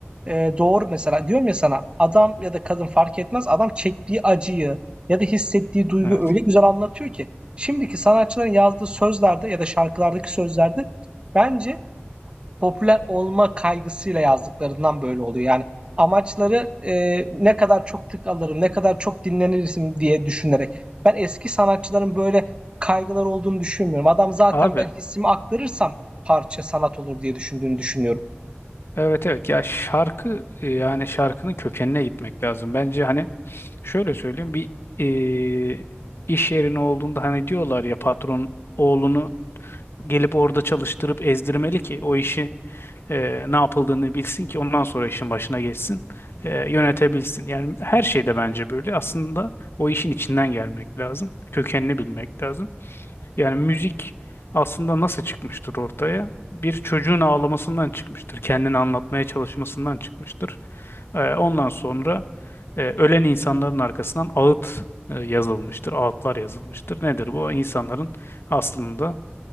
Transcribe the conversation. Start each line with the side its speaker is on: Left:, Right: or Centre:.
Right: Ee, doğru mesela. Diyorum ya sana adam ya da kadın fark etmez. Adam çektiği acıyı ya da hissettiği duygu
Left: Evet.
Right: öyle güzel anlatıyor ki. Şimdiki sanatçıların yazdığı sözlerde ya da şarkılardaki sözlerde bence popüler olma kaygısıyla yazdıklarından böyle oluyor. Yani amaçları e, ne kadar çok tık alırım, ne kadar çok dinlenirsin diye düşünerek. Ben eski sanatçıların böyle kaygılar olduğunu düşünmüyorum. Adam zaten
Left: Abi
Right: ben hissimi aktarırsam parça sanat olur diye düşündüğünü düşünüyorum.
Left: evet evet ya şarkı e, yani şarkının kökenine gitmek lazım. Bence hani şöyle söyleyeyim bir e, iş yerine olduğunda hani diyorlar ya patron oğlunu gelip orada çalıştırıp ezdirmeli ki o işi e, ne yapıldığını bilsin ki ondan sonra işin başına geçsin, e, yönetebilsin. Yani her şeyde bence böyle. Aslında o işin içinden gelmek lazım, kökenini bilmek lazım. Yani müzik aslında nasıl çıkmıştır ortaya? Bir çocuğun ağlamasından çıkmıştır, kendini anlatmaya çalışmasından çıkmıştır. E, ondan sonra e, ölen insanların arkasından ağıt e, yazılmıştır, ağıtlar yazılmıştır. Nedir bu? İnsanların aslında